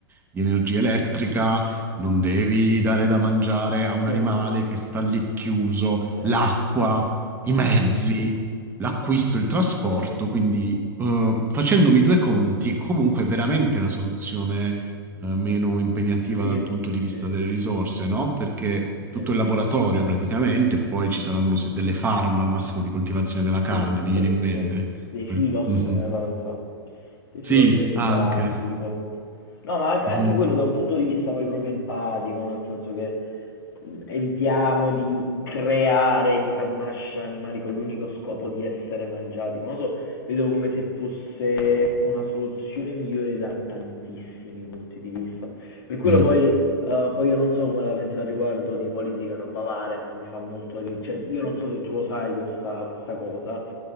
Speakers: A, on the right (about 15°); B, on the left (about 70°).
A: di energia elettrica, non devi dare da mangiare a un
B: Sì,
A: animale che sta lì chiuso,
B: sì,
A: l'acqua, i
B: sì,
A: mezzi l'acquisto, il trasporto,
B: sì,
A: quindi eh, facendomi due conti è comunque veramente la soluzione eh, meno impegnativa
B: sì,
A: dal punto di vista
B: sì,
A: delle risorse, no? Perché tutto
B: sì.
A: il laboratorio praticamente, poi ci saranno se- delle farm al massimo di coltivazione della carne,
B: Sì,
A: vi
B: sì,
A: viene in mente?
B: sì. Dei silos
A: Mhm.
B: mi viene da pensare. Dei
A: Sì,
B: silos refrigerati,
A: anche.
B: tipo. No, ma anche
A: Mhm.
B: anche quello da un punto di vista poi proprio empatico, nel senso che mhmm, evitiamo di creare, di far nascere animali con l'unico scopo di essere mangiati. Non lo so, vedo come se fosse una soluzione migliore da tantissimi punti di vista. Per quello
A: Sì,
B: poi, eh, poi io non so come la penso al riguardo di politica, roba varia, ma mi fa molto ridere. Cioè, io non so se tu lo sai questa, questa cosa,